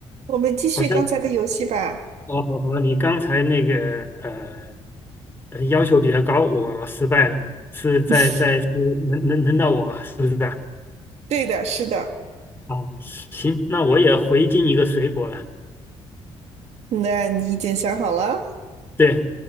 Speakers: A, on the right; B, on the left.
A: 我们继续刚才的游戏吧。
B: 好像哦哦和你刚才那个呃呃要求比较高，我失败了，是在在是轮轮轮到我是不是啊？
A: <laughs> 对的，是的。
B: 哦，行，那我也回敬一个水果了。
A: 那你已经想好了？
B: 对，